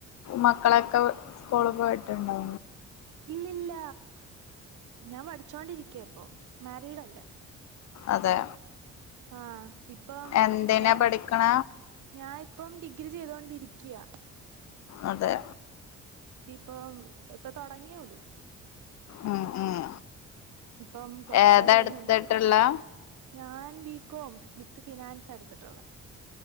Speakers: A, on the left (about 60°); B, on the right (about 75°).
A: മക്കളൊക്കെ സ്കൂളി പോയിട്ടുണ്ടോ
B: ഇല്ല ഞാൻ പഠിച്ചോണ്ടിരിക്ക ഇപ്പം മാരീഡല്ല
A: അതെ
B: ആ ഇപ്പം
A: എന്തിനാ
B: എ
A: പഠിക്കണ
B: ഞാനിപ്പം ഡിഗ്രി ചെയ്തൊണ്ടിരിക്കയാ
A: അതെ
B: പ്പം ഇപ്പ തൊടങ്ങിയെയുള്ളു
A: ഉം ഉം
B: ഇപ്പം ക്ലാസ്സൊക്കെ
A: ഏതായെടുത്തിട്ടുള്ളെ
B: കഴിഞ്ഞല്ലേ. ഞാൻ ബികോം വിത്ത് ഫിനാൻസ് എടുത്തിട്ടൊള്ളെ